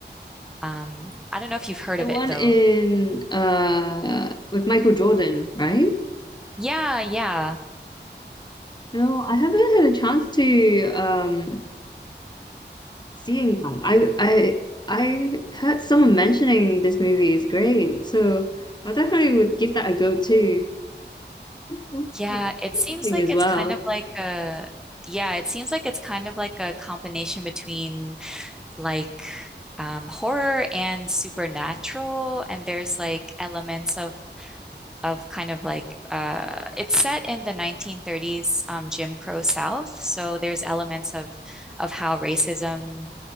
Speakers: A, in the centre; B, on the left.
A: Um, I don't know if you've heard
B: The
A: of
B: one
A: it though.
B: in uh with Michael Jordan, right?
A: Yeah, yeah.
B: No, I haven't had a chance to um seeing that. I I I heard someone mentioning this movie is great, so I definitely would give that a go too. That's so
A: Yeah,
B: good.
A: it
B: Interesting
A: seems like
B: As
A: it's
B: well.
A: kind of like a yeah, it seems like it's kind of like a combination between like um horror and supernatural and there's like elements of of kind of like uh, it's set in the 1930s um, Jim Crow South, so there's elements of of how racism